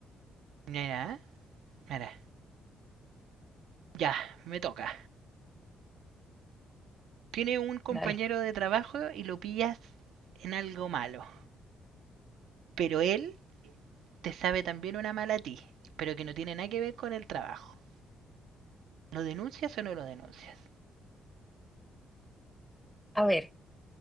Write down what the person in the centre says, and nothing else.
Dale.
A ver,